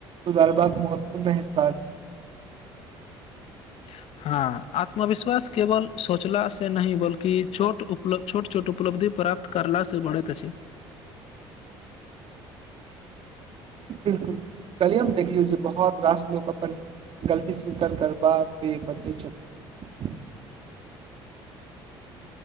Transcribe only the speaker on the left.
<unintelligible> हँ आत्मविश्वास केवल सोचला से नहीं बल्कि छोट उऽ छोट छोट उपलब्धि प्राप्त करलासँ बढ़ैत अछि